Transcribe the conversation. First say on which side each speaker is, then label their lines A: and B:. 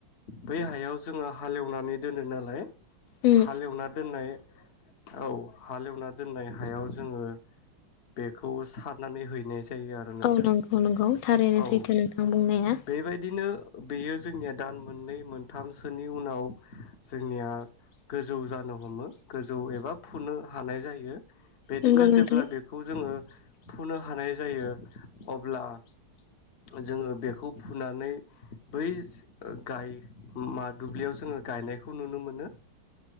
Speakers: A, on the left (about 50°); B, on the left (about 80°).
A: बै हायाव जोङो हालेवनानै दोनो नालाय
B: उम
A: हालेवना दोननाय औ हालेवना दोननाय हायाव जोङो बेखौ सारनानै हैनाय जायो आरो नोंथां
B: औ नंगौ नंगौ थारैनो
A: औ
B: सैथो नोंथां बुंनाया
A: बेबायदिनो बेयो जोंनिया दान मोननै मोनथामसोनि नि उनाव जोंनिया गोजौ जानो हमो गोजौ एबा फुनो हानाय जायो बिदिनो
B: नंगौ नोंथां
A: जेब्ला बेखौ जोङो फुनो हानाय जायो अब्ला जोङो बेखौ फुनानै बै गाय मा दुब्लियाव जोङो गायनायखौ नुनो मोनो